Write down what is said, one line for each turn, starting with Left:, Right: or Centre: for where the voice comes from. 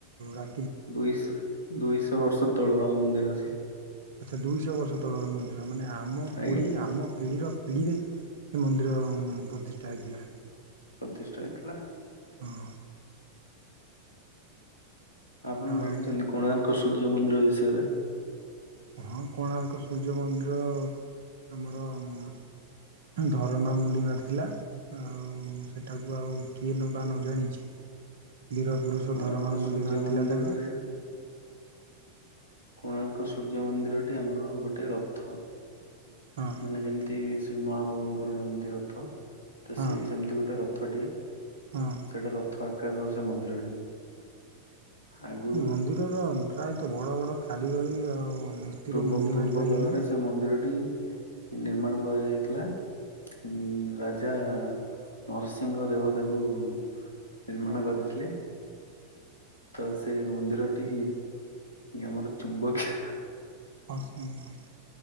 Right: ରା
Left: ଦୁଇଶ ଦୁଇଶହ ବର୍ଷ ତଳର ମନ୍ଦିର ସିଏ।
Right: ଆଚ୍ଛା ଦୁଇଶହ ବର୍ଷ ତଳର ମନ୍ଦିର ମାନେ ଆମ ପିଢ଼ି
Left: ଆଜ୍ଞା
Right: ଆମ ପିଢ଼ିର ପିଢ଼ିରେ ସେ ମନ୍ଦିର ପ୍ରତିଷ୍ଠା ହେଇଥିଲା।
Left: ପ୍ରତିଷ୍ଠା ହେଇଥିଲା।
Right: ହଁ।
Left: ଆପଣ
Right: ଆଉ
Left: ଜାଣିଛନ୍ତି କୋଣାର୍କ ସୂର୍ଯ୍ୟ ମନ୍ଦିର ବିଷୟରେ?
Right: ହଁ କୋଣାର୍କ ସୂର୍ଯ୍ୟ ମନ୍ଦିର ଆମର ଧରମା ମୁଣ୍ଡି ମାରିଥିଲା ଆଉ ସେଟାକୁ ଆଉ କିଏ ବା ନ ଜାଣିଛି। ବୀରପୁରୁଷ
Left: କୋଣାର୍କ
Right: ଧରମା ମୁଣ୍ଡି
Left: ସୂର୍ଯ୍ୟ
Right: ମାରି
Left: ମନ୍ଦିରରେ
Right: ଥିଲା ତାକୁ।
Left: କୋଣାର୍କ ସୂର୍ଯ୍ୟ ମନ୍ଦିରଟି ଆମର ଗୋଟେ ରଥ
Right: ହଁ
Left: ମାନେ ଯେମିତି ଶ୍ରୀ ମହାବାବୁଙ୍କର ଯେମିତି ରଥ ତ
Right: ହଁ
Left: ସିଏ ବି ସେମତି ଗୋଟେ ରଥଟିଏ।
Right: ହଁ
Left: ସେଟା ରଥ ଆକାରର ସେ ମନ୍ଦିରଟି। ଆଗରୁ
Right: ସେ ମନ୍ଦିରର ପ୍ରାୟତଃ ବଡ ବଡ କାରିଗରୀ ଆଉ ମିସ୍ତ୍ରୀ
Left: ପୂର୍ବ
Right: ମୁଣ୍ଡି
Left: ପୂର୍ବ
Right: ମାରି ପାରିଲେନି
Left: କାଳରେ ସେ ମନ୍ଦିରଟି ନିର୍ମାଣ କରାଯାଇଥିଲା। ଉଁ ରାଜା ନରସିଂହ ଦେବତାଙ୍କୁ ନିର୍ମାଣ କରିଥିଲେ। ତ ସେ ମନ୍ଦିରଟି ଆମର ଚୁମ୍ବକୀୟ।
Right: ହସନି ହସ